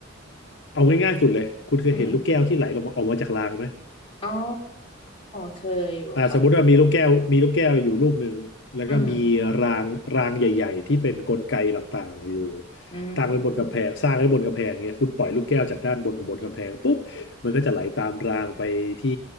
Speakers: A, on the left; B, on the left.
A: เอาง่ายๆสุดเลย คุณเคยเห็นลูกแก้วที่ไหลลงมาออกมาจากรางไหม
B: อ่าอ๋อเคยอยู่ค่ะ
A: อ่าสมมุติว่ามีลูกแก้วมีลูกแก้วอยู่ลูกหนึ่งแล้วก็มีรางรางใหญ่ๆที่เป็นกลไกต่างๆอยู่
B: อืมอื
A: ตั้งไว้บนกำแพงสร้างไว้บนกำแพงเนี้ยคุณปล่อยลูกแก้วจากด้านบนของบนกำแพงปุ๊บมันก็จะไหลตามรางไปที่
B: ม